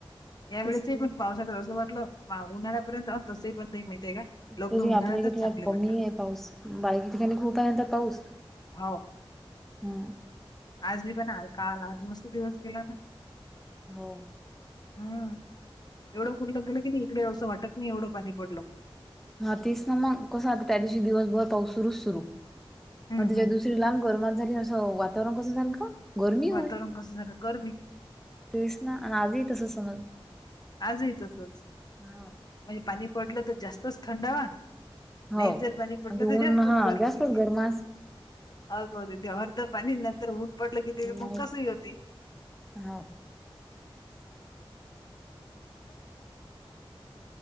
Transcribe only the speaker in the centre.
की
तरी आपल्या
इकडे
थोडा कमी
आहे पाऊस बाईकीच्या ठिकाणी खूप आहें म्हणत्यात पाऊस.
हा.
हो
हा तेच ना मग कस आता त्या दिवशी दिवसभर पाऊस सुरुच सुरु
मग त्याच्या
दिवशी श्रीलाम गरमात झाली असं वातावरण कसं झालं का गरमी होय.
तेच ना आणि आजही तसं समज
हा
हो
आणि ते ऊन
हा
जास्तच गरमास
आणि
<unintelligible> हाव.